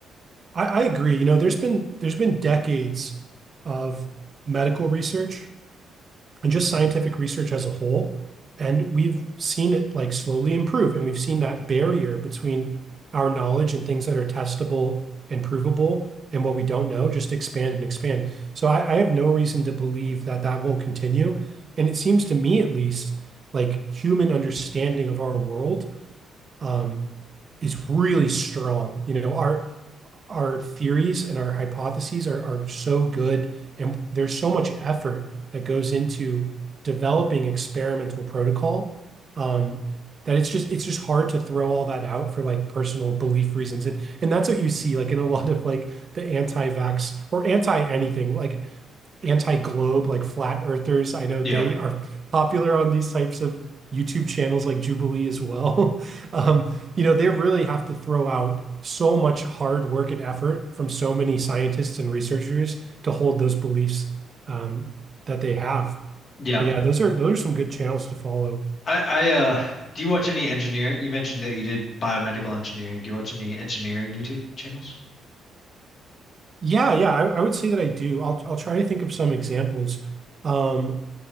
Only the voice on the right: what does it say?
I, I agree. You know, there's been there's been decades of medical research and just scientific research as a whole. And we've seen it like slowly improve, and we've seen that barrier between our knowledge and things that are testable and provable and what we don't know just expand and expand. So I, I have no reason to believe that that won't continue. And it seems to me, at least, like human understanding of our world um, is really strong. You know, our our theories and our hypotheses are, are so good, and there's so much effort that goes into developing experimental protocol um, that it's just it's just hard to throw all that out for like personal belief reasons. And and that's what you see like in a lot of like the anti-vax or anti anything, like anti-globe, like flat earthers. I know
they are popular on these types of YouTube channels like Jubilee as well. <laughs> Um, you know, they really have to throw out so much hard work and effort from so many scientists and researchers to hold those beliefs um, that they have.
But yeah, those are those are some good channels to follow.
Yeah, yeah, I, I would say that I do. I'll I'll try to think of some examples. Um,